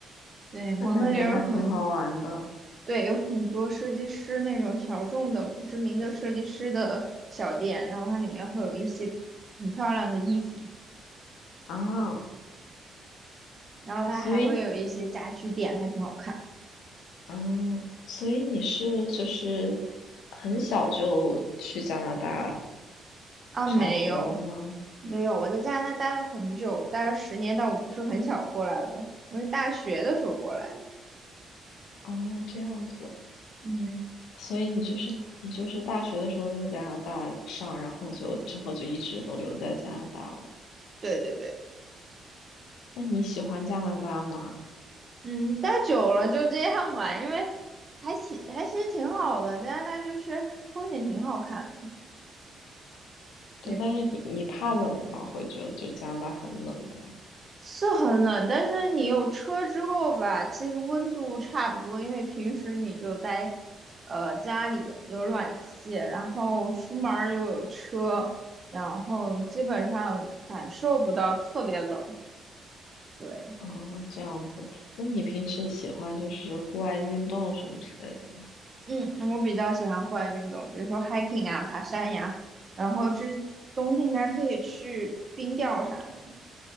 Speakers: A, on the right (about 35°); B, on the left (about 85°).
A: 对，蒙特利尔很，
B: 那感觉还挺好玩的
A: 对，有很多设计师那种小众的、不知名的设计师的小店，然后它里面会有一些很漂亮的衣服，
B: 啊。
A: 然后它还会有一些家居店，
B: 所以，
A: 还挺好看的。
B: 嗯，所以你是就是很小就去加拿大
A: 啊，
B: 上学了吗？
A: 没有没有，我在加拿大待了很久，待了十年，但我不是很小过来的，我是大学的时候过来的。
B: 哦，这样子。
A: 嗯，
B: 所以你就是你就是大学的时候在加拿大上，然后就之后就一直都留在加拿大了。
A: 对对对，
B: 那你喜欢加拿大吗？
A: 嗯，待久了就这样吧，因为还其还其实挺好的，加拿大就是风景挺好看的。
B: 对，
A: 对。
B: 但是你你怕冷吗？会觉得就加拿大很冷这样。
A: 是很冷，但是你有车之后吧，其实温度差不多，因为平时你就待，呃，家里有暖气，然后出门儿又有车，然后基本上感受不到特别冷。对，
B: 啊，这样子。那你平时喜欢就是户外运动什么之类的吗？
A: 嗯，我比较喜欢户外运动，比如说 hiking 啊，爬山呀，然后之冬天还可以去冰钓啥的。